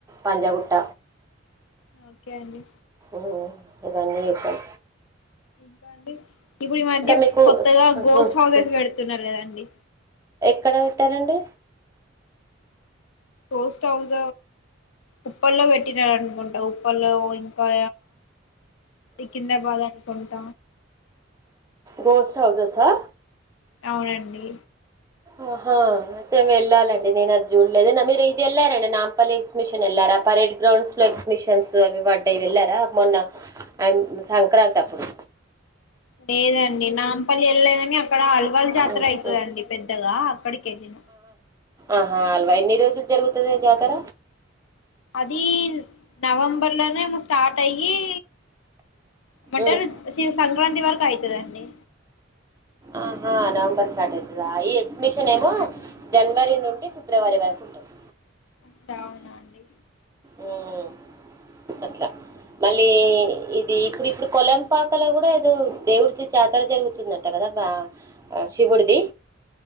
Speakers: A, on the right; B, on the left.
A: పంజాగుట్ట
B: ఓకే అండి
A: ఉ ఇవన్నీ చూసాం
B: ఇంక అండి ఇప్పుడు ఈ మధ్య
A: మీకు
B: కొత్తగా
A: ఉహు,
B: గోస్ట్ హౌసెస్
A: ఉహు.
B: పెడుతున్నరు కదండి
A: క్కడ పేట్యరండి
B: పోస్ట్ హౌస్ ఉప్పల్లో వెట్టినారనుకుంట ఉప్పల్లో ఇంకా ఇ కిందకు <unintelligible> లె కుంట
A: గోస్ట్ హౌసెస్ ఆ
B: అవునండి
A: ఆహా అయితే వెళ్ళాలండి నేను అది జూడ్లేదు అయిన మీరు ఇది వెళ్లార నిన్న మళ్ళీ ఎక్సిమిషన్ ఎల్లారా పరేడ్ గ్రౌండ్స్ లో ఎక్సిమిషన్ తెల్సు అవి వడ్డయి వెళ్ళారా మొన్న ఆన్ సంక్రాంతి అప్పుడు
B: లేదండి నాంపల్లి ఎల్లేదని అక్కడ అల్వాల్ జాతర
A: ఉమ్,
B: అయితదండి
A: ఉమ్.
B: పెద్దగ అక్కడికి ఎల్లిన
A: ఆహ అల్వా ఎన్ని రోజులు జరుగుతది జాతర
B: అది నవంబర్ లోనేమో స్టార్ట్ అయి ఈ వంటరు
A: ఉమ్,
B: సి సంక్రాంతి వరకు అయితదండి
A: ఆహ నవంబర్ స్టార్ట్ అయితద మిషన్ ఏమో
B: అవునండి
A: జన్వరి నున్ ఫిబ్రవరి వరకుంటది
B: శ్ర అవునా అండి
A: ఉమ్ అట్లా మళ్ళీ ఇది ఇప్పుడు ఇప్పుడు కొలంపాకలో కూడా ఏదో దేవుడిది జాతర జరుగుతున్ <unintelligible> శివుడిది